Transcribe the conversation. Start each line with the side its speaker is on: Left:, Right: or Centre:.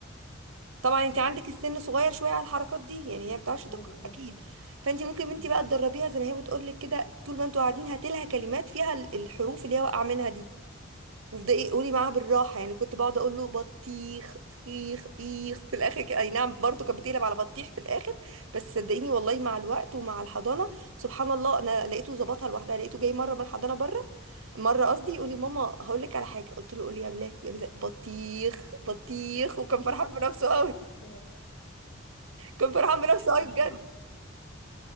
Right: طبعا انت
Left: حلوة
Right: عندك
Left: ده
Right: السن صغير شوية على الحركات دي يعني هي ما بتعرفش
Left: ايوه
Right: تقرأ
Left: بالظبط
Right: اكيد
Left: يعني.
Right: فانت
Left: لا
Right: ممكن
Left: اكيد
Right: انت بقى تدربيها زي ما هي بتقول لك كده طول ما انتوا قاعدين هاتي لها كلمات فيها ال- الحروف اللي هي واقعة منها دي وابدأي قولي معاها بالراحة يعني كنت بقعد اقول له بطيخ خيخ ايخ في الاخر كده- اي نعم برضه كانت بتقلب على بطيخ في الاخر بس صدقيني والله مع الوقت ومع الحضانة سبحان الله انا لقيته ظبطها لوحدها لقيته جاي مرة من الحضانة بره مره قصدي يقول لي ماما هقول لك على حاجه قلت له قولي يا بلال يقول لي زي- بطيخ بطيخ وكان فرحان
Left: <laughs>
Right: بنفسه قوي كان فرحان بنفسه قوي
Left: ان شاء
Right: بجد
Left: الله